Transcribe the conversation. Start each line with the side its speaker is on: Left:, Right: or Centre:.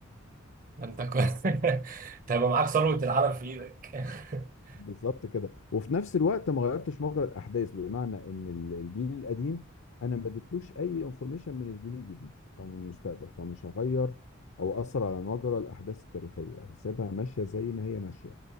Right: ده انت كنت <laughs> تبقى معاك ثروة العالم في ايدك <laughs>
Left: بالظبط كده وفي نفس الوقت ما غيرتش مجرى الاحداث بمعنى ان ال- الجيل القديم انا ما اديتلوش اي انفورميشن من الجيل الجديد او من المستقبل فمش هغير او اثر على مجرى الاحداث التاريخيه هسيبها ماشيه زي ما هي ماشيه